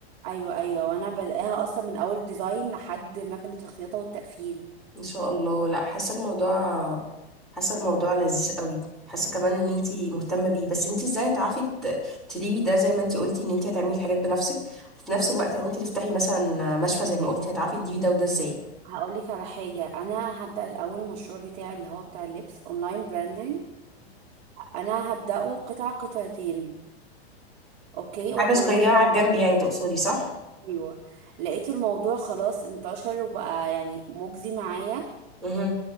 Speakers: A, on the right; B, in the centre.
A: أيوة أيوة وأنا بلاقيها أصلا من أول ديزاين لحد مكنة الخياطة والتقفيل
B: ان شاء الله لا حاسة الموضوع حاسة الموضوع لذيذ قوي حاسة كمان ان انت مهتمة بيه بس انت ازاي هتعرفي ت- تديري ده زي ما انت قلتي ان انت هتعملي الحاجات بنفسك وفي نفس
A: ما
B: الوقت
A: بصي
B: لو انت تفتحي مثلا مشفى زي ما قلتي هتعرفي تديري ده وده ازاي
A: هقولك على حاجة أنا هبدأ الأول المشروع بتاعي اللي هو بتاع اللبس أونلاين براندنج أنا هبدأه قطعة قطعتين اوكي
B: حاجة
A: اوريدي
B: صغيرة على الجنب يعني تقصدي صح؟
A: ايوه لقيت الموضوع خلاص انتشر وبقى يعني مجزي معايا
B: مهم.